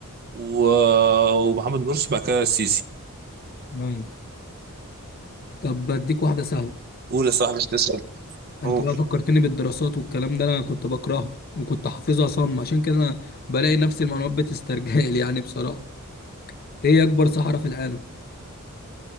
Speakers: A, on the right (about 45°); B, on the left (about 45°).
A: و- آه، ومحمد مرسي بعد كده السيسي
B: نايم طب بديك واحدة سهلة
A: قول يا صاحبي انت اسال
B: انت
A: قول
B: بقى فكرتني بالدراسات والكلام ده انا كنت بكرهها وكنت حافظها صم عشان كده انا بلاقي نفس المعلومات بتسترجل يعني بصراحة ايه اكبر صحراء في العالم